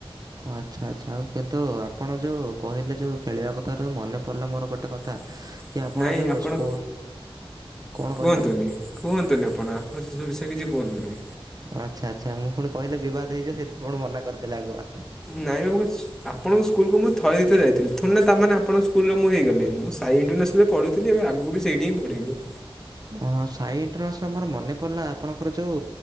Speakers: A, on the right (about 40°); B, in the centre.
A: ଆଛା ଆଛା ଆଉ କିନ୍ତୁ ଆପଣ ଯେଉଁ କହିଲେ ଯେଉଁ ଖେଳିବା କଥା ମନେ ପଡ଼ିଲା ମୋର ଗୋଟେ କଥା।
B: ହ
A: କି
B: ନାଇଁ
A: ଯେଉଁ
B: ଆପଣ
A: ସ୍କୁଲ୍ କଣ
B: କୁହନ୍ତୁନି
A: କହିଲେ?
B: କୁହନ୍ତୁନି ଆପଣ ଆପଣ ସେ ସବୁ ବିଷୟ କିଛି କୁହନ୍ତୁନି।
A: ଆଛା ଆଛା ମୁଁ ପୁଣି କହିଲେ ବିବାଦ ହେଇଯିବ ସେଥିପାଇଁ ପୁଣି ମନା କରିଦେଲେ ଆଗୁଆ।
B: ନାଇଁ ବାବୁ ଆପଣଙ୍କ ସ୍କୁଲକୁ ମୁଁ ଥରେ ଦିଥର ଯାଇଥିଲି ଥୋଡିନା ତାମାନେେ ଆପଣ ସ୍କୁଲରେ ମୁଁ ହେଇଗଲି ମୁଁ ସାଇ ଇଣ୍ଟରନ୍ୟାସନାଲରେ ପଢ଼ୁଥିଲି ଏବେ ଆଗକୁ ବି ସେଇଠି ହିଁ ପଢିବି।
A: ହଁ ସାଇ ଇଣ୍ଟରନ୍ୟାସନାଲ୍ ମୋର ମନେ ପଡ଼ିଲା ଆପଣଙ୍କର ଯେଉଁ